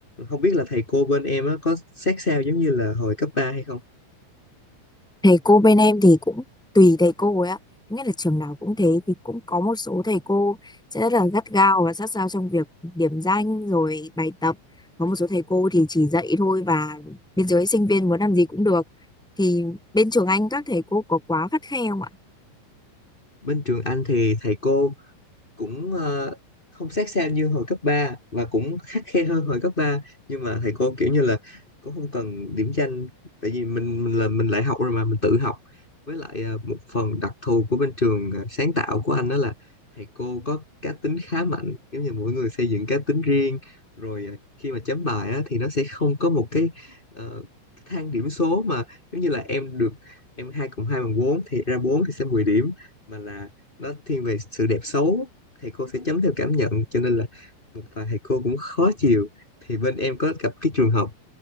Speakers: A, on the left; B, in the centre.
A: không biết là thầy cô bên em á, có sát sao giống như là hồi cấp 3 hay không?
B: thầy cô bên em thì cũng tùy thầy cô ấy ạ nghĩa là trường nào cũng thế thì cũng có một số thầy cô sẽ rất là gắt gao và sát sao trong việc điểm danh rồi bài tập có một số thầy cô thì chỉ dạy thôi và bên dưới sinh viên muốn làm gì cũng được thì bên trường anh các thầy cô có quá khắt khe không ạ
A: Bên trường anh thì thầy cô cũng ờ, không sát sao như hồi cấp 3 và cũng khắt khe hơn hồi cấp ba nhưng mà thầy cô kiểu như là cũng không cần điểm danh tại vì mình mình là mình lại học rồi mà mình tự học với lại ờ, một phần đặc thù của bên trường ờ, sáng tạo của anh đó là thầy cô có cá tính khá mạnh giống như mỗi người xây dựng cá tính riêng rồi ờ, khi mà chấm bài á, thì nó sẽ không có một cái ờ, cái thang điểm số mà giống như là em được em 2 cộng 2 bằng 4 thì ra 4 thì sẽ 10 điểm mà là nó thiên về sự đẹp xấu thầy cô sẽ chấm theo cảm nhận cho nên là một vài thầy cô cũng khó chịu thì bên em có gặp cái trường hợp